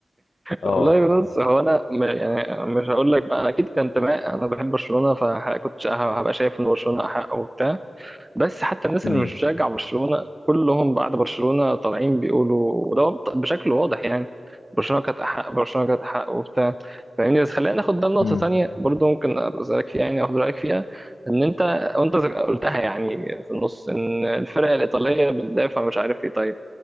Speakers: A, on the left; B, on the right.
A: اه
B: والله بص هو انا م- يعني مش هقول لك بقى انا اكيد كان انتماء انا بحب برشلونه فكنت هبقى شايف ان برشلونه احق وبتاع بس حتى الناس
A: امم
B: اللي مش بتشجع برشلونه كلهم بعد برشلونه طالعين بيقولوا وده بشكل واضح يعني برشلونه كانت احق برشلونه كانت احق وبتاع فاهمني بس خلينا ناخد ده لنقطه
A: امم
B: تانيه برضو ممكن ابقى اسالك فيها يعني اخد رايك فيها ان انت وانت قلتها يعني في النص ان الفرق الايطاليه بتدافع مش عارف ايه طيب